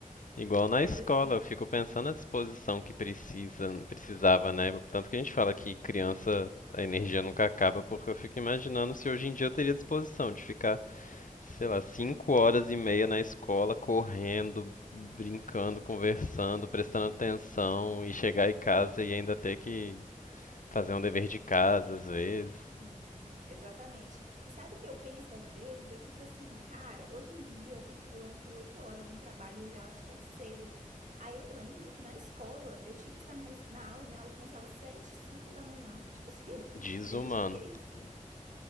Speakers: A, on the left; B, on the right.
A: Igual
B: Mas
A: na escola,
B: assim,
A: eu fico pensando na disposição que precisa, precisava, né? Tanto que a gente fala que criança, a energia nunca acaba, porque eu fico imaginando se hoje em dia eu teria disposição de ficar sei lá, cinco horas e meia na escola, correndo, brincando, conversando, prestando atenção e chegar em casa e ainda ter que fazer um dever de casa às vezes.
B: sim, exatamente. E sabe o que eu penso às vezes? Eu fico assim, cara, hoje em dia eu tenho que, eu entro oito horas no trabalho e eu já acho tão cedo. Aí eu lembro que na escola eu tinha que estar na, es- na aula, minha aula começava sete cinco da manhã. Tipo assim, <laughs>
A: Desumano.
B: gente, o que que é isso?